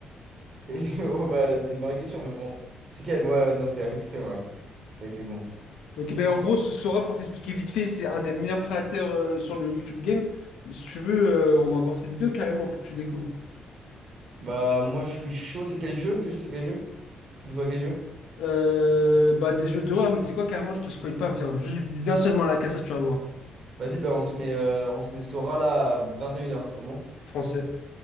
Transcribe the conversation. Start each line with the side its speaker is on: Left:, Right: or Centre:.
Right: Et <laughs> bon, bah, c'était une vraie question, mais bon. C'est quelle? Moi, non, c'est Alexem, ouais. T'as été bon.
Left: Ok, ben
Right: Mais
Left: en
Right: c'est
Left: gros,
Right: qui
Left: ce Sora, pour t'expliquer vite fait, c'est un des meilleurs créateurs euh, sur le YouTube Game. Si tu veux, euh, on va voir ses vidéos carrément pour que tu découvres.
Right: Bah, moi, je suis chaud. C'est quel jeu? Juste, c'est quel jeu? Il joue à quel jeu?
Left: Euh, bah, des jeux d'horreur, mais tu sais quoi, carrément, je te spoil pas. Viens, Ju- viens seulement à la cassette, tu vas voir.
Right: Vas-y, bah, on se met, euh, on se met Sora là à 21 heures c'est bon?
Left: Français.